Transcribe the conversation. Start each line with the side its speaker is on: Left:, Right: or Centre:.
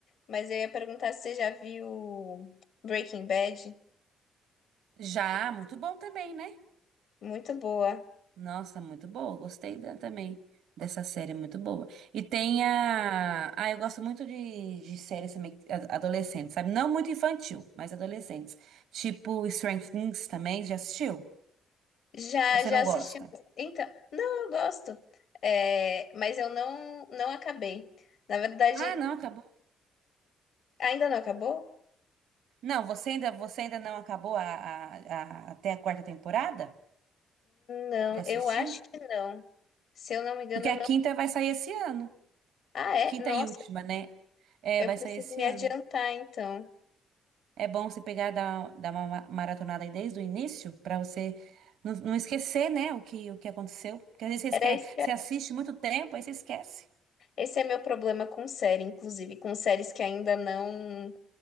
Left: Mas eu ia perguntar se você já viu Breaking Bad.
Right: Já, muito bom também, né?
Left: Muito boa.
Right: Nossa, muito boa. Gostei da- também dessa série, muito boa. E tem a. Ah, eu gosto muito de, de séries também a- adolescentes, sabe? Não muito infantil, mas adolescentes. Tipo Stranger Things também, já assistiu?
Left: Já,
Right: Você
Left: já
Right: não
Left: assisti.
Right: gosta?
Left: Então, não, eu gosto. É, mas eu não, não acabei. Na verdade,
Right: Ah, não, acabou.
Left: ainda não acabou?
Right: Não, você ainda, você ainda não acabou a, a- a- até a quarta temporada
Left: Não,
Right: de assistir?
Left: eu acho que não. Se eu não me engano,
Right: Porque a
Left: não.
Right: quinta vai sair esse ano.
Left: Ah, é?
Right: Quinta
Left: Nossa,
Right: e última, né? É,
Left: eu
Right: vai
Left: preciso
Right: sair esse
Left: me
Right: ano.
Left: adiantar, então.
Right: É bom você pegar dar, dar uma ma- maratonada aí desde o início pra você não, não esquecer, né, o que, o que aconteceu. Porque às vezes você esquece,
Left: Era isso que
Right: você assiste muito tempo, aí você esquece.
Left: esse é meu problema com série, inclusive, com séries que ainda não